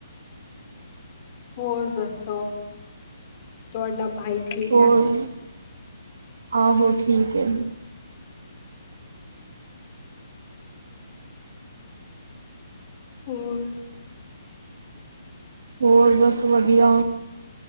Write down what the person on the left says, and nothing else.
ਹੋਰ ਦੱਸੋ, ਤੁਹਾਡਾ ਭਾਈ। ਠੀਕ
ਹੈ
ਹੋਰ।